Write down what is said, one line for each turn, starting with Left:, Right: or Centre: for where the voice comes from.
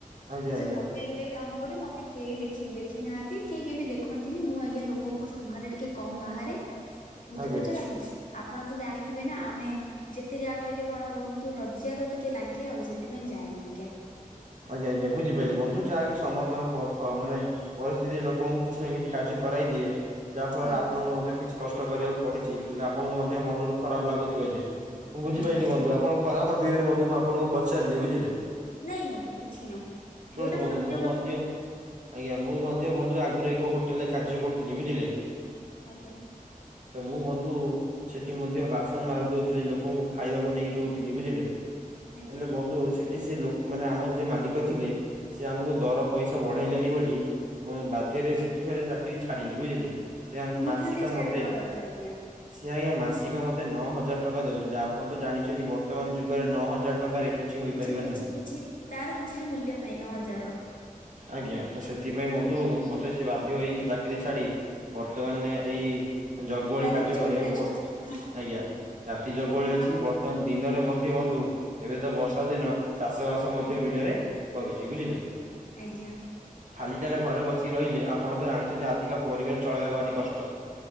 Right: ଆଜ୍ଞା
Left: ମୁଁ
Right: ଆଜ୍ଞା
Left: ସେ ହୋ ଟେଲ ରେ କାମ କରେ ମତେ କେହି ଦେଖି, ଦେଖି ନାହାନ୍ତି କେହି କେବେ ଦେଖନ୍ତିନି ମୁଁ ଆଜ୍ଞା ଲୋକଙ୍କ ସାମ୍ନାରେ ଟିକେ କମ୍ ବାହାରେ। ବୁଝିପାରୁଛନ୍ତି
Right: ଆଜ୍ଞା।
Left: ଆପଣ। ଆପଣ ତ ଜାଣିଥିବେ ନା ଆମେ ଯେତେ ଯାହା କହିଲେ କଣ ହବ କିନ୍ତୁ ଲଜିଆ ତ ଟିକେ ଲାଗେ ଆଉ ସେଥିପାଇଁ ଜାଏନା ଆଜ୍ଞା।
Right: ଆଜ୍ଞା, ଆଜ୍ଞା ବୁଝିପାଇଲି ବନ୍ଧୁ ଯାହା କି ସମସ୍ତ ମାନେ ପରିସ୍ଥିତି ଲୋକଙ୍କୁ କିଛି ନା କିଛି କାର୍ଯ୍ୟ କରାଇ ଦିଏ ଯାହା ଫଳରେ
Left: ଆଜ୍ଞା
Right: ଆପଣଙ୍କୁ ମଧ୍ୟ କିଛି କଷ୍ଟ କରିବାକୁ ପଡିଛି ପିଲା ଆପଣଙ୍କୁ ମଧ୍ୟ ମନରୁ ଖରାପ ଲାଗୁଥିବ ଯେ ମୁଁ ବୁଝିପାଇଲି
Left: ଆଜ୍ଞା
Right: ବନ୍ଧୁ ଆପଣ ଖରାପ ଭାବିବେନି ବନ୍ଧୁ ମୁଁ ଆପଣଙ୍କୁ ପଚାରିଲି ବୁଝିଲେ।
Left: ନାଇଁ ନାଇଁ କିଛି ନାହିଁ।
Right: ଶୁଣନ୍ତୁ
Left: ଯୋଉଟା
Right: ବନ୍ଧୁ
Left: ସତ୍ୟ
Right: ମୁଁ
Left: କଥା
Right: ମଧ୍ୟ ଆଜ୍ଞା ମୁଁ ମଧ୍ୟ ବନ୍ଧୁ ଆଗରୁ ଏକ ହୋଟେଲରେ କାର୍ଯ୍ୟ କରୁଥିଲି ବୁଝିଲେ।
Left: ଆଜ୍ଞା।
Right: ତ ମୁଁ ବନ୍ଧୁ ସେଠି ମଧ୍ୟ ବାସନ ମାଜି ଦଉଥିଲି, ଲୋକଙ୍କୁ ଖାଇବାକୁ ନେଇକି ଦଉଥିଲି ବୁଝିଲେ।
Left: ଆଜ୍ଞା
Right: ହେଲେ ବନ୍ଧୁ ସେଠି ସେ ଲୋକ ମାନେ ଆମ ଯିଏ ମାଲିକ ଥିଲେ ସେ ଆମକୁ ଦର ପଇସା ବଢାଇଲେନି ବୋଲି ମୁଁ ବାଧ୍ୟରେ ସେଠି କାର ଚାକିରୀ ଛାଡିଲି ବୁଝିଲେ ସେ ୟାଙ୍କ
Left: ନିହାତି
Right: ମାସିକା
Left: ଛାଡିଦବା
Right: ମତେ
Left: ଦରକାର ଆଜ୍ଞା।
Right: ସିଏ ଆଜ୍ଞା ମାସିକ ମତେ ନଅ ହଜାର ଟଙ୍କା ଦଉଥିଲେ ଆପଣ ତ ଜାଣିଛନ୍ତି ବର୍ତ୍ତମାନ ଯୁଗରେ ନଅ ହଜାର ଟଙ୍କାରେ କିଛି ହୋଇପାରିବ
Left: କିଛି
Right: ନାହିଁ।
Left: କିଛି ତାର କିଛି ବି ମୂଲ୍ୟ ନାହିଁ, ନଅ ହଜାରର।
Right: ଆଜ୍ଞା। ତ ସେଥିପାଇଁ ବନ୍ଧୁ ମତେ ସେ ବାଧ୍ୟ ହେଇ ସେ ଚାକିରି ଛାଡି ବର୍ତ୍ତମାନ ଏଇ ଜଗୁଆଳି
Left: ରାତିରେ
Right: କାର୍ଯ୍ୟ
Left: ଜଗୁଆଳେଛନ୍ତି
Right: କରିବାକୁ ପଡୁଛି।
Left: ଆପଣ।
Right: ଆଜ୍ଞା ରାତି ଜଗୁଆଳି ଅଛି।
Left: ଆପ-
Right: ବର୍ତ୍ତମାନ ଦିନରେ ମଧ୍ୟ ବନ୍ଧୁ ଏବେ ତ ବର୍ଷା ଦିନ ଚାଷବାସ ମଧ୍ୟ
Left: ଆଜ୍ଞା
Right: ବିଲରେ କରୁଛି ବୁଝିଲେ?
Left: ଆଜ୍ଞା।
Right: ଖାଲିଟାରେ ଘରେ ବସିକି ରହିଲେ, ଆପଣ ତ ଜାଣିଛନ୍ତି ଆଜିକା ପରିବାର ଚଳେଇବା ଭାରି କଷ୍ଟ।